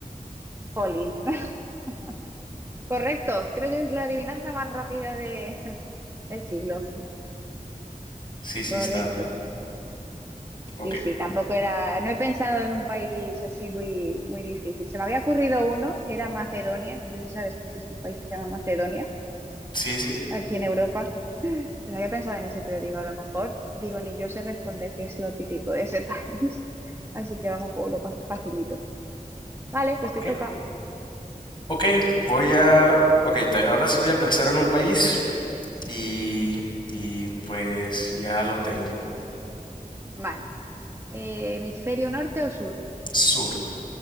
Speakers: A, on the right; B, on the left.
A: Jolín. <laughs> Correcto, creo que es la adivinanza más rápida de, <laughs> del siglo.
B: Sí, sí,
A: Correcto.
B: está. Ok.
A: Sí, sí, tampoco era, no he pensado en un país así muy, muy difícil. Se me había ocurrido uno que era Macedonia, no sé si sabes que existe un país que se llama Macedonia.
B: Sí, sí.
A: aquí en Europa. <laughs> Pero había pensado en ese, pero digo, a lo mejor, digo, ni yo sé responder que es lo típico de ese <laughs> país. Así que vamos por Europa facilito. Vale, pues
B: Ok.
A: te toca.
B: Ok, voy a... Ok, te- ahora sí voy a pensar en un país y... Y pues ya lo tengo.
A: Vale. Eh, ¿hemisferio norte o sur?
B: Sur.